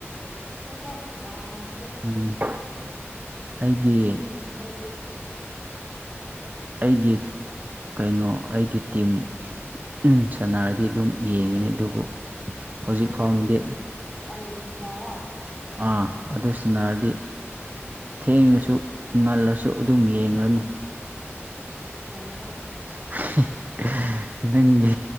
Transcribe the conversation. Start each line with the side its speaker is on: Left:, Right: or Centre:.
Centre: ꯍꫭꯏꯗꯥ ꯀꯅꯥ ꯉꯝꯒꯦꯔꯣ꯫
Right: ꯎꯝ ꯑꯩꯒꯤ
Centre: ꯇꯨꯝꯅꯤꯡꯉꯦ ꯑꯩꯗꯤ꯫
Right: ꯑꯩꯒꯤ <unintelligible> ꯀꯩꯅꯣ ꯑꯩꯒꯤ ꯇꯤꯝ ꯎꯝ ꯁꯥꯟꯅꯔꯗꯤ ꯑꯗꯨꯝ ꯌꯦꯡꯉꯅꯤ ꯑꯗꯨꯕꯨ ꯍꯧꯖꯤꯛ
Centre: ꯅꯪꯒꯤ
Right: ꯐꯥꯎꯅꯗꯤ
Centre: ꯇꯤꯝ ꯑꯔꯖꯦꯟꯇꯤꯅꯥꯔꯥ꯫
Right: ꯑꯥ ꯑꯗꯨ ꯁꯅꯥꯔꯗꯤ ꯊꯦꯡꯉꯁꯨ ꯉꯜꯂꯁꯨ ꯑꯗꯨꯝ ꯌꯦꯡꯔꯅꯤ꯫
Centre: ꯑꯁ ꯂꯣꯏꯔꯦꯗ꯫
Right: <unintelligible> ꯅꯪꯒꯤ